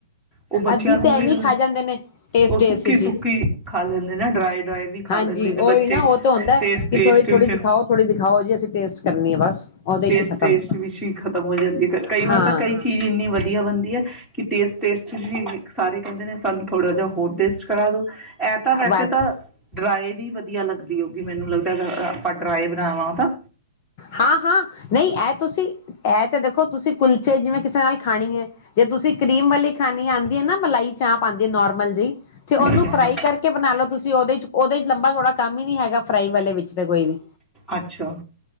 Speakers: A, in the centre; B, on the left (about 35°).
A: ਉਹ ਬੱਚਿਆਂ
B: ਅੱਧੀ
A: ਨੂੰ
B: ਤੇ ਐਵੇਂ
A: ਵੀ
B: ਖਾ ਜਾਂਦੇ ਨੇ ਟੇਸਟ
A: ਉਹ ਸੁੱਕੀ-
B: ਟੇਸਟ
A: ਸੁੱਕੀ
B: ਜੀ
A: ਖਾ ਲੈਂਦੇ ਨੇ, ਡਰਾਈ- ਡਰਾਏ ਵੀ ਖਾ
B: ਹਾਂਜੀ
A: ਲੈਂਦੇ ਨੇ,
B: ਉਹੀ
A: ਬੱਚੇ
B: ਨਾ ਉਹ ਤਾਂ ਹੁੰਦਾ
A: ਟੇਸਟ- ਟੇਸਟ
B: ਕਿ ਥੋੜ੍ਹੀ
A: ਵਿੱਚ,
B: ਥੋੜ੍ਹੀ ਦਿਖਾਓ ਥੋੜ੍ਹੀ ਦਿਖਾਓ ਜੀ ਅਸੀਂ ਟੇਸਟ ਕਰਨੀ ਹੈ ਬਸ ਉਹਦੇ
A: ਟੇਸਟ-
B: ਚ ਖ਼ਤਮ
A: ਟੇਸਟ ਵਿੱਚ ਹੀ ਖਤਮ ਹੋ ਜਾਂਦੀ ਹੈ, ਕਈ ਵਾਰੀ
B: ਹਾਂ
A: ਤਾਂ ਕਈ ਚੀਜ਼ ਇਨੀਂ ਵਧੀਆ ਬਣਦੀ ਹੈ ਕਿ ਟੇਸਟ- ਟੇਸਟ ਚ ਵੀ ਸਾਰੇ ਕਹਿੰਦੇ ਨੇ, ਸਾਨੂੰ ਥੋੜਾ ਜਿਹਾ ਹੋਰ ਟੇਸਟ ਕਰਾ ਦੋ ਇਹ ਤਾਂ ਵੈਸੇ
B: ਬਸ
A: ਤਾਂ ਡਰਾਏ ਵੀ ਵਧੀ ਵਧੀਆ ਲੱਗਦੀ ਹੋਏਗੀ, ਮੈਨੂੰ ਲੱਗਦਾ ਆਪਾਂ ਡਰਾਏ ਬਣਾਵਾਂ ਤਾਂ
B: ਹਾਂ-ਹਾਂ ਨਹੀਂ, ਇਹ ਤੁਸੀਂ ਇਹ ਤੇ ਦੇਖੋ ਤੁਸੀਂ ਕੁਲ ਚੇ ਜਿਵੇਂ ਕਿਸੇ ਨਾਲ ਖਾਣੀ ਹੈ, ਜੇ ਤੁਸੀਂ ਕਰੀਮ ਵਾਲੀ ਖਾਣੀ ਆਉਂਦੀ
A: ਹਾਂਜੀ
B: ਹੈ ਨਾ, ਮਲਾਈ ਚਾਂਪ ਆਉੰਦੀ ਹੈ ਨੋਰਮਲ ਜੀ, ਤੇ ਉਹਨੂੰ
A: ਹਾਂਜੀ
B: ਫਰਾਈ ਕਰਕੇ ਬਣਾ ਲੋ ਤੁਸੀਂ ਉਹਦੇ ਵਿਚ ਲੰਬਾ ਚੌੜਾ ਕੰਮ ਹੀ ਨਹੀਂ ਹੈਗਾ ਫਰਾਈ ਵਾਲੇ ਵਿੱਚ ਤੇ ਕੋਈ ਵੀ
A: ਅੱਛਾ